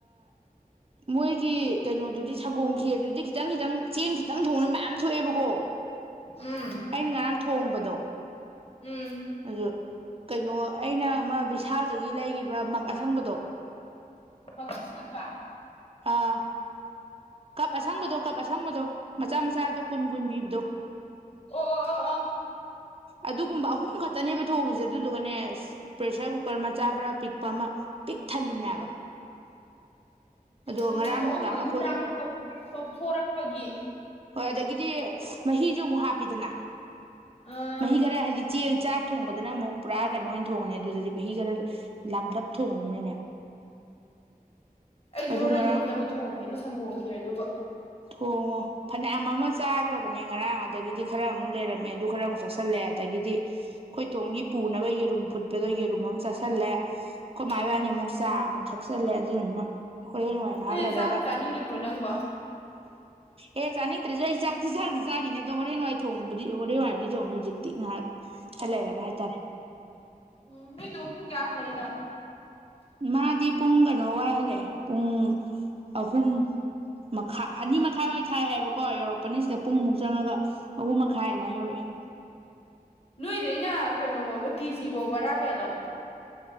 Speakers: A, on the right (about 40°); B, on the left (about 40°).
A: ꯃꯣꯏꯒꯤ ꯀꯩꯅꯣꯗꯨꯗꯤ ꯁꯒꯣꯝ ꯈꯔꯗꯨꯗꯤ ꯈꯤꯇꯪ ꯈꯤꯇꯪ ꯆꯦꯡ ꯈꯤꯇꯪ ꯊꯣꯡꯅ ꯃꯌꯥꯝ ꯊꯣꯛꯑꯦꯕꯀꯣ
B: ꯎꯝ
A: ꯑꯩꯅ ꯉꯔꯥꯡ ꯊꯣꯡꯕꯗꯣ
B: ꯎꯝ
A: ꯑꯗꯨ ꯀꯩꯅꯣ ꯑꯩꯅ ꯑꯃ ꯕꯤꯚꯤꯁꯥꯜꯗꯒꯤ ꯂꯩꯈꯤꯕ ꯃꯛ ꯑꯁꯪꯕꯗꯣ
B: ꯃꯁꯕ
A: ꯑꯥ ꯀꯁꯪꯕꯗꯣ ꯀꯞ ꯑꯁꯪꯕꯗꯣ ꯃꯆꯥ ꯃꯆꯥꯗ ꯀꯨꯟ ꯀꯨꯟ ꯄꯤꯕꯗꯣ
B: ꯑꯣ ꯑꯣ ꯑꯣ ꯑꯣ
A: ꯑꯗꯨꯒꯨꯝꯕ ꯑꯍꯨꯝ ꯈ ꯛꯇꯅꯦꯕ ꯊꯣꯡꯉꯁꯦ ꯑꯗꯨꯗꯨꯒꯅꯦ ꯄ꯭ꯔꯦꯁꯔ ꯀꯨꯀꯔ ꯃꯆꯥ ꯈꯔ ꯄꯤꯛꯄ ꯑꯃ ꯄꯤꯛ ꯊꯜꯂꯤꯅꯦꯕ ꯑꯗꯣ
B: ꯎꯝ
A: ꯉꯔꯥꯡ
B: ꯍꯣꯡꯑꯝꯒꯅꯤ
A: ꯅꯨꯡꯗꯥꯡ ꯑꯩꯈꯣꯏ
B: ꯆꯥꯛꯇꯣ ꯀꯣꯞꯊꯣꯔꯛꯄꯒꯤ
A: ꯍꯣꯏ ꯑꯗꯒꯤꯗꯤ ꯃꯍꯤꯁꯨ ꯑꯃꯨꯛ ꯍꯥꯞꯄꯤꯗꯅ
B: ꯑꯥ
A: ꯃꯍꯤ ꯈꯔ ꯍꯥꯏꯕꯗꯤ ꯆꯦꯡ ꯆꯥꯛ ꯊꯣꯡꯕꯗꯅ ꯑꯃꯨꯛ ꯄꯨꯔꯥ ꯀꯩꯅꯣ ꯑꯣꯏꯅ ꯊꯣꯡꯉꯅꯦ ꯑꯗꯨꯗꯗꯤ ꯃꯍꯤ ꯔ ꯂꯪꯒꯞ ꯊꯣꯡꯝ ꯏꯅꯦ
B: ꯑꯩꯁꯨꯦ
A: ꯑꯗꯨ
B: ꯍꯣꯔꯦꯟ
A: ꯉꯔꯥꯡ
B: ꯑꯝꯇꯕꯨ ꯊꯣꯡꯉꯦꯅꯦ ꯁꯪꯒꯣꯝꯈꯤ ꯑꯗꯨꯕꯨ
A: ꯊꯣꯡꯉꯣ ꯐꯅꯌꯥꯝ ꯑꯃ ꯆꯥꯈ꯭ꯔꯕꯅꯦ ꯉꯔꯥꯡ ꯑꯗꯒꯤꯗꯤ ꯈꯔ ꯑꯃꯨꯛ ꯂꯩꯔꯝꯃꯦ ꯑꯗꯨ ꯈꯔ ꯑꯃꯨꯛ ꯆꯠꯁꯤꯜꯂꯦ ꯑꯗꯒꯤꯗꯤ ꯑꯩꯣꯏꯇꯣꯡꯝꯒꯤ ꯄꯨꯅꯕ ꯌꯦꯔꯨꯝ ꯐꯨꯠꯄꯗꯣ ꯌꯦꯔꯨꯝ ꯑꯃ ꯆꯥꯥꯁꯜꯂꯦ ꯑꯩꯈꯣꯏ ꯃꯥꯏ
B: ꯎꯝ
A: ꯋꯥꯅꯤ ꯑꯃꯨꯛ ꯆꯥ ꯑꯃꯨꯛ ꯆꯂꯦ ꯑꯗꯨꯗꯨꯅ ꯍꯣꯔꯦꯟ ꯅꯣꯡꯃꯥꯏ ꯉꯥꯏꯍꯥꯛ
B: ꯑꯗꯨꯗꯤ
A: ꯂꯩꯔꯒ
B: ꯆꯥꯛꯄꯨ ꯆꯥꯅꯤꯡꯉꯤꯕ꯭ꯔꯣ ꯅꯪꯕꯣ
A: ꯑꯦ ꯆꯥꯅꯤꯡꯗ꯭ꯔꯦꯁꯨ ꯑꯩ ꯏꯆꯥꯡ ꯐꯤꯖꯥꯗꯤ ꯆꯥꯈꯤꯅꯦ ꯑꯗꯣ ꯍꯣꯔꯦꯟ ꯋꯥꯏ ꯊꯣꯡ ꯗꯤ ꯍꯣꯔꯦ ꯋꯥꯕꯨꯗꯤ ꯇꯅꯤ ꯍꯧꯖꯤꯛꯇꯤ ꯉꯥꯏꯍꯥꯛ ꯈꯔ ꯂꯩꯔꯒ ꯍꯥꯏꯇꯥꯔꯦ
B: ꯎꯝ ꯅ ꯆꯣꯡꯨ ꯀꯌꯥ ꯂꯩꯗ
A: ꯃꯥꯗꯤ ꯄꯨꯡ ꯀꯩꯅꯣ ꯋꯥꯏ ꯍꯜꯂꯛꯑꯦ ꯄꯨꯡ ꯑꯍꯨꯝ ꯃꯈꯥꯏ ꯑꯅꯤ ꯃꯈꯥꯏ ꯋꯥꯏ ꯊꯥꯏ ꯍꯥꯏꯕꯀꯣ ꯌꯧꯔꯛꯄꯅꯤ ꯁꯤꯗ ꯄꯨꯡꯃꯨꯛ ꯆꯪꯉꯒ ꯑꯍꯨꯝ ꯃꯈꯥꯏ ꯑꯗꯨꯃꯥꯏꯅ
B: ꯎꯝ
A: ꯌꯧꯔꯛꯑꯦ
B: ꯅꯣꯏꯗꯩꯅ ꯀꯩꯅꯣ ꯐꯕ ꯇꯤꯖꯤ ꯐꯕꯥꯛ ꯂ